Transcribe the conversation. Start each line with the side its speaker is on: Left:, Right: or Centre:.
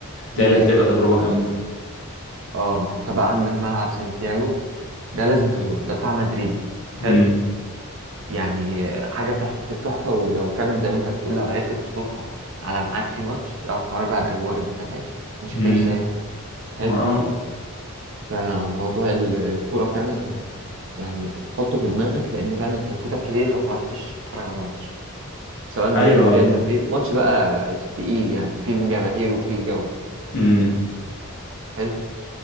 Left: بالتالي
Right: مم.
Left: هتبقى تجربة جامدة
Right: اه ما انت بقى عندك ملعب سانتياغو ده لازم تزوره ده بتاع مدريد حلو
Left: امم
Right: يعني حاجة تحفة التحفة ولو فعلا زي ما انت بتقول لو عرفت تظبطها على ميعاد في ماتش يا خرابي بقى على الأجواء اللي انت هتعيشها مش
Left: امم
Right: هتعيش زيها حلو
Left: اه
Right: فموضوع ال- الكورة فعلا يعني حطه في دماغك لأن فعلا هيفوتك كتير لو ما رحتش تتفرج على ماتش سواء لريال
Left: ايوه
Right: مدريد ماتش بقى تقيل يعني فيه جماهير وفيه جو
Left: امم
Right: حلو